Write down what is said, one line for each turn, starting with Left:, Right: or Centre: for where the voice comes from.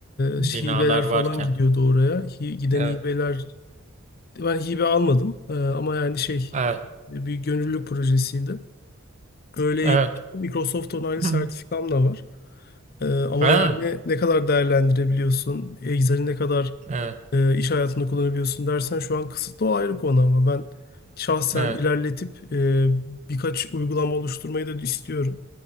Right: Binalar
Left: e, hibeler
Right: varken.
Left: falan gidiyordu oraya. Hi- giden
Right: Evet.
Left: hibeler Ben hibe almadım Ee, ama yani şey
Right: Evet.
Left: bir gönüllülük projesiydi. Öyle
Right: Evet.
Left: eğitim- Microsoft onaylı
Right: <clears throat>
Left: sertifikam da var. Ee, ama
Right: Ha,
Left: yani ne kadar değerlendirebiliyorsun, Excel'i ne kadar
Right: evet.
Left: e, iş hayatında kullanabiliyorsun dersen şu an kısıtlı o ayrı konu ama ben şahsen
Right: Evet.
Left: ilerletip e, birkaç uygulama oluşturmayı da istiyorum.